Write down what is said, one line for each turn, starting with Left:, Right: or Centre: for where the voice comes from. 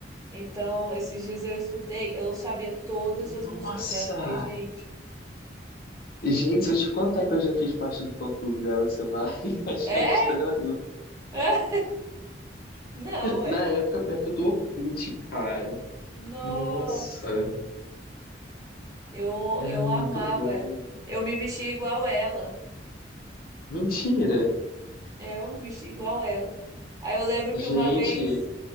Right: Então, esses dias eu escutei, eu sabia todas as
Left: Nossa!
Right: músicas dela. Eu Fiquei, gente.
Left: Gente, se eu te contar que eu já fiz parte do fã-clube dela, você vai <laughs> achar
Right: É?
Left: estranho.
Right: <laughs> É? Não, é.
Left: Na época, perto do Orkut, cara.
Right: Nossa,
Left: Nossa,
Right: eu,
Left: era
Right: eu
Left: muito
Right: amava
Left: bom.
Right: ela. Eu me vestia igual ela.
Left: Mentira!
Right: É, eu me vesti igual ela. Aí eu lembro que
Left: Gente,
Right: uma vez,